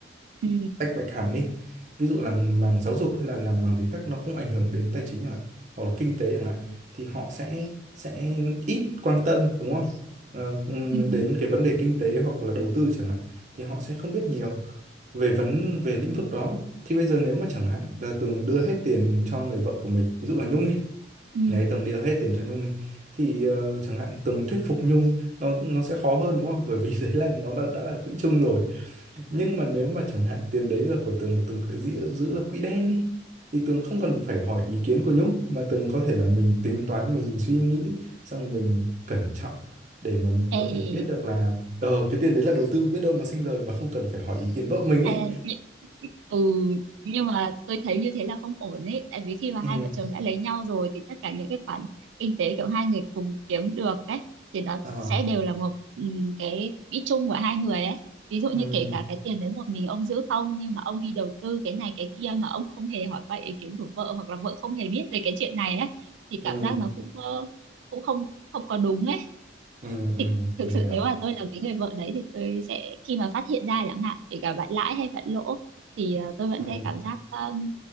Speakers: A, on the right; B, on the right.
A: ừ
B: tách bạch hẳn đi ví dụ là mảng giáo dục hay là làm mảng gì khác nó không ảnh hưởng đến tài chính chẳng hạn hoặc là kinh tế chẳng hạn thì họ sẽ sẽ ít quan tâm đúng không Ờ, ừm,
A: ừ
B: đến cái vấn đề kinh tế hoặc là đầu tư chẳng hạn thì họ sẽ không biết nhiều về vấn về lĩnh vực đó thì bây giờ nếu mà chẳng hạn là Tường đưa hết tiền cho người vợ của mình ví dụ là Nhung đi
A: ừ
B: đấy Tường đưa hết tiền cho Nhung đi thì ờ, chẳng hạn Tường thuyết phục Nhung nó nó sẽ khó hơn đúng không bởi vì <laughs> đấy là nó là đã là quỹ chung rồi nhưng mà nếu mà chẳng hạn tiền đấy là của Tường là Tường đã giữ, giữ là quỹ đen đi thì Tường không cần phải hỏi ý kiến của Nhung mà Tường có thể là mình tính toán mình suy nghĩ xong mình cẩn trọng để mà mình có
A: Ê,
B: thể biết được là ờ cái tiền đấy là đầu tư biết đâu nó sinh lời mà không cần phải hỏi ý kiến vợ mình
A: À,
B: ấy
A: nh- ừ nhưng mà tôi thấy như thế là không ổn ấy tại vì khi mà
B: ừ
A: hai vợ chồng đã lấy nhau rồi thì tất cả những cái khoản kinh tế kiểu hai người cùng kiếm được ấy thì nó
B: ờ
A: sẽ đều là một ừm, cái quỹ chung của hai người ấy ví dụ như
B: ừ
A: kể cả cái tiền đấy một mình ông giữ không nhưng mà ông đi đầu tư cái này cái kia mà ông không hề hỏi qua ý kiến của vợ hoặc là vợ không hề biết về cái chuyện này ấy thì
B: ừ
A: cảm giác nó cũng ờ, cũng không không có đúng ấy
B: ừ ừ
A: thì thực
B: Tường
A: sự
B: hiểu
A: nếu mà tôi là cái người vợ đấy thì tôi sẽ khi mà phát hiện ra chẳng hạn kể cả bạn lãi hay bạn lỗ thì ờ, tôi vẫn
B: ừ
A: sẽ cảm giác um,